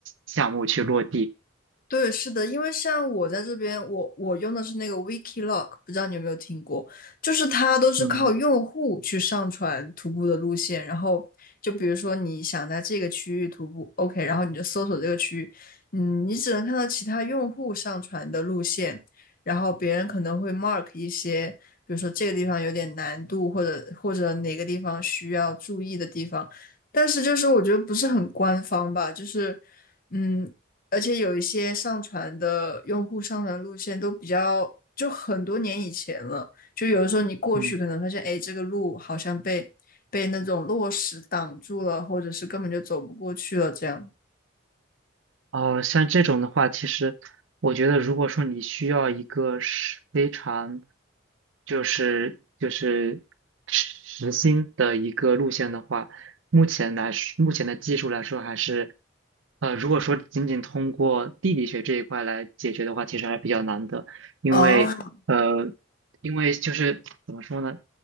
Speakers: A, on the right; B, on the left.
A: 项目去落地。
B: 对，是的，因为像我在这边，我我用的是那个 Wikiloc，不知道你有没有听过？就是它都是靠用户去上传徒步的路线，
A: 嗯
B: 然后就比如说你想在这个区域徒步，OK，然后你就搜索这个区域，嗯，你只能看到其他用户上传的路线，然后别人可能会 mark 一些，比如说这个地方有点难度，或者或者哪个地方需要注意的地方，但是就是我觉得不是很官方吧，就是。嗯，而且有一些上传的用户上传路线都比较，就很多年以前了。就有的时候你过去可能发现，
A: 嗯。
B: 哎，这个路好像被被那种落石挡住了，或者是根本就走不过去了这样。
A: 哦，像这种的话，其实我觉得，如果说你需要一个是非常，就是就是实心的一个路线的话，目前来说，目前的技术来说，还是，呃，如果说仅仅通过地理学这一块来解决的话，其实还是比较难的，因为呃，
B: 哦，
A: 因为就是怎么说呢？